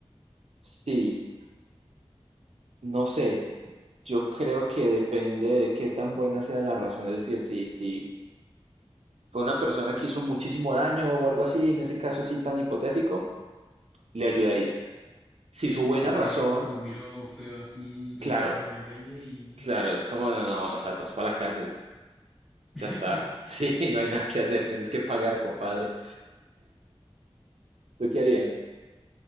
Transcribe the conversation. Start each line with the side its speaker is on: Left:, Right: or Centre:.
Right: sí. No sé. Yo creo que depende de qué tan buena sea la razón. Es decir, si, si fue una persona que hizo muchísimo daño o algo así, en ese caso así tan hipotético, le ayudaría. Si su buena
Centre: Y
Right: razón,
Centre: si alguien lo miró feo así, lo
Right: claro,
Centre: miró feo en la calle y...
Right: claro, es como, no, no, o sea, te vas para la cárcel.
Centre: <laughs>
Right: Ya está. <laughs> Sí, no hay nada que hacer. Tienes que pagar, compadre. ¿Tú qué harías?